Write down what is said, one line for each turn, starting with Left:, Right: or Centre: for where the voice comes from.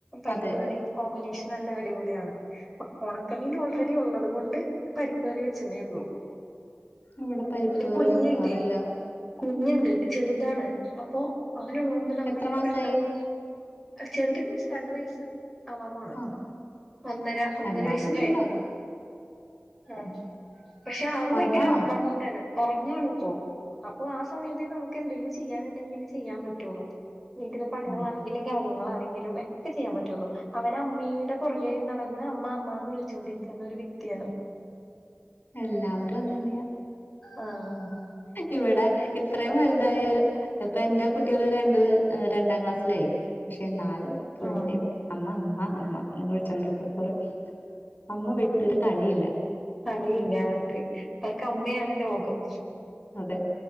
Centre: പരിപ്പുകറിയും
Left: അതെ
Centre: കോമ്പിനേഷൻ നല്ല അടിപൊളിയാണ് ഇപ്പ ഒണക്കമീൻ ഓൾറെഡി ഒള്ളത് കൊണ്ട് പരിപ്പ് കൊറി വെച്ചെന്നേ ഉള്ളൂ
Left: ഇവിടെ പരിപ്പ്
Centre: പിന്നെ
Left: കറി
Centre: കുഞ്ഞുണ്ടേ
Left: വെക്കാറില്ലാ
Centre: കുഞ്ഞുണ്ട് ചെറുതാണ് അപ്പൊ അവനൊള്ളത് കൊണ്ട് നമ്മളിങ്ങനെ
Left: എത്ര മാസായി
Centre: പെട്ടെന്ന് ചെറുത് മിൻസ് രണ്ട് വയസ്സ് അവാൻ പോണ്
Left: ആഹ്
Centre: ഒന്നര ഒന്നര
Left: എന്നാലും
Centre: വയസ്സ്
Left: ഉണ്ടല്ലോ
Centre: കഴിഞ്ഞ് ഉം ഉം പക്ഷെ ആള്
Left: ഒറങ്ങാണോ
Centre: ഭയങ്കര അമ്മ മോനാണ് ഒറങ്ങാണ് ഇപ്പോ അപ്പൊ ആ സമയത്ത് നമ്മക്ക് എന്തെങ്കിലും ചെയ്യാനുണ്ടെങ്കില് ചെയ്യാൻ പറ്റുള്ളൂ വീട്ടിലെ പണികളാണ്
Left: ആഹ്
Centre: ലേകാര്യങ്ങളാണെങ്കിലും എക്കെ ചെയ്യാൻ പറ്റുള്ളൂ അവൻ അമ്മീടെ പൊറകെ നടന്ന് അമ്മ അമ്മാന്ന് വിളിച്ചോണ്ടിരിക്ക് എന്ന് ഒരു വ്യക്തിയാണ്
Left: എല്ലാവരും അങ്ങനെയാ
Centre: ആഹ്
Left: ഇവിടെ ഇത്രയും വെൽതായാലും ഇപ്പൊ എന്റെ കുട്ടികള് രണ്ട് ഏഹ് രണ്ടാം ക്ലാസ്സിലായി പക്ഷെ നാല് ഫുൾ
Centre: ആ
Left: ടൈം അമ്മ അമ്മ അമ്മ എന്ന് വിളിച്ചോണ്ട് നടക്കും <unintelligible> അമ്മ വിട്ടൊരു കളിയില്ല
Centre: കളിയില്ല അവർക്ക് അവർക്ക് അമ്മയാണ് ലോകം
Left: അതെ